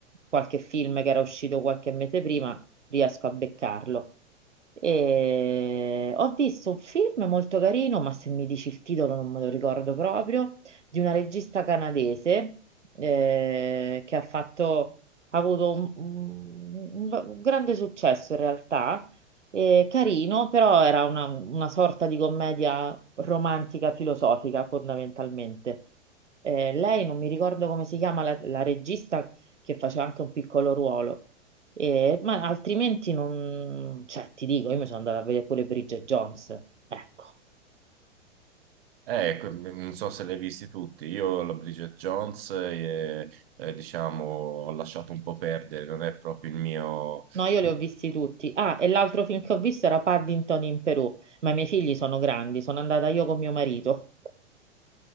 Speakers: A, on the right; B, on the right.
A: qualche film che era uscito qualche mese prima, riesco a beccarlo. E ho visto un film molto carino, ma se mi dici il titolo non me lo ricordo proprio, di una regista canadese eh, che ha fatto, ha avuto un un- un grande successo in realtà eh, carino, però era una, una sorta di commedia romantica filosofica fondamentalmente. Eh, lei non mi ricordo come si chiama la, la regista che faceva anche un piccolo ruolo, Eh, ma altrimenti non... cioè ti dico, io mi sono andata a vedere pure Bridget Jones, ecco.
B: Eh, ecco, non so se li hai visti tutti. Io la Bridget Jones, eh, eh, diciamo, ho lasciato un po' perdere, non è proprio il mio...
A: No, io li
B: il
A: ho visti
B: mio-
A: tutti. Ah, e l'altro film che ho visto era Paddington in Perù, ma i miei figli sono grandi, sono andata io con mio marito.